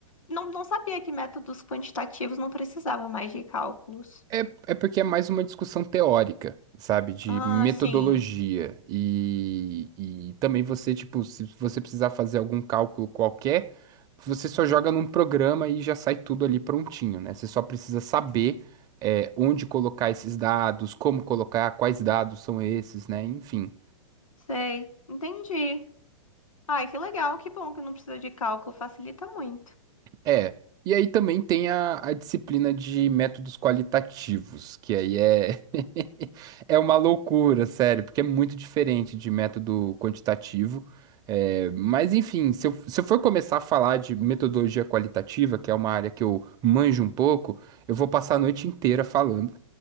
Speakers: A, on the left; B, on the right.
A: Não, não sabia que métodos quantitativos não precisava mais de cálculos.
B: É, é porque é mais uma discussão teórica, sabe? De
A: Ah,
B: metodologia.
A: sim,
B: E, e também você, tipo, se você precisar fazer algum cálculo qualquer, você só joga num programa e já sai tudo ali prontinho, né? Você só precisa saber, é, onde colocar esses dados, como colocar, quais dados são esses, né? Enfim.
A: sei, entendi. Ai, que legal, que bom que não precisa de cálculo, facilita muito.
B: É. E aí também tem a, a disciplina de métodos qualitativos, que aí é <laughs> é uma loucura, sério, porque é muito diferente de método quantitativo. É, mas enfim, se eu, se eu for começar a falar de metodologia qualitativa, que é uma área que eu manjo um pouco, eu vou passar a noite inteira falando.